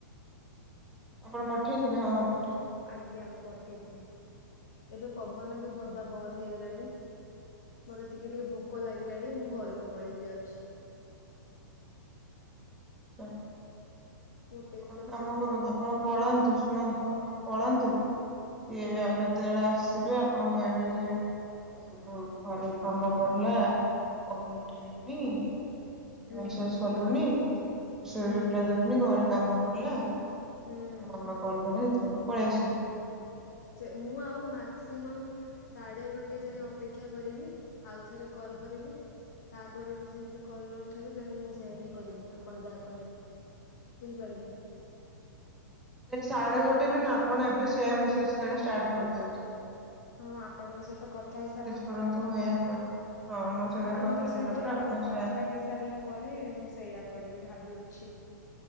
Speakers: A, in the centre; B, on the left.
A: ଆପଣ ପଠେଇଥିଲେ ହଁ ହଁ ପଠେଇଥିଲେ।
B: ଆଜ୍ଞା ମୁଁ ପଠେଇଥିଲି ଏବେ ପବନ ବି ହବା ବନ୍ଦ ହେଇଗଲାଣି। ମତେ ଟିକେ ଟିକେ ଭୋକ ଲାଗିଲାଣି ମୁଁ ଘରକୁ ପଳେଇବି ଯାଉଛି।
A: ଆଛା
B: ମୋ ପେସେନ୍ସ
A: ଆପଣ କାମ
B: ର ସୀମା
A: କରନ୍ତୁ। ଆପଣ ପଳାନ୍ତୁ ଶୁଣନ୍ତୁ ଆପଣ ପଳାନ୍ତୁ। ସିଏ
B: ହୁଁ।
A: ଆଉ ଯେତେବେଳେ ଆସିବେ ଆପଣ କହିବେ ଯେ ଅ, ଯୋଉ ଘରେ କାମ ପଡିଲା କଲ ଉଠେଇଲୁଣିି
B: ହୁଁ
A: <unintelligible> କଲୁନି। ସେରେ
B: ହୁଁ
A: ରିପ୍ଲାଏ ଦେଲୁନି ଘରେ କାମ କରଡିଲା ଆଉ
B: ହୁଁ
A: ମାମା କଲ କଲା ଏ ମୁଁ ପଳେଇ ଆସିଲି।
B: ସେ ମୁଁ ଆଉ ମାକ୍ସିମମ୍ ସାଢେ ଗୋଟେ ଯାଏ ଅପେକ୍ଷା କରିବି ଆଉ ଥରେ କଲ କରିବି। ତାପରେ ବି ସେ ଯଦି କଲ ନ ଉଠାଇବେ ଦେ ମୁଁ ସେଇଆ ହିଁ କରିବି ଆପଣ ଯାହା କହିଲେ। ବୁଝିପାରିଲେ।
A: ସାଢଡେ ଗୋଟେ ବି ନ ଆପଣ ଏବେ ସେୟ ମେସେଜ କରିବା ଷ୍ଟାର୍ଟ କରି ଦିଅନ୍ତୁ।
B: ହଁ ଆପଣଙ୍କ ସହିତ କଥା ହେଇ ସାରିଲା
A: କରନ୍ତୁ ମୁଁ ଏହା କରି ହଁ ମୋ ସାଙ୍ଗରେ
B: ଆପଣଙ୍କ
A: କଥା ହେଇସାରିଲା
B: ସହିତ
A: ପରେ ଆପଣ
B: କଥା
A: ସେୟା
B: ହେଇସାରିଲା ପରେ ମୁଁ ସେଇଆ କରିବି ଭାବିଅଛି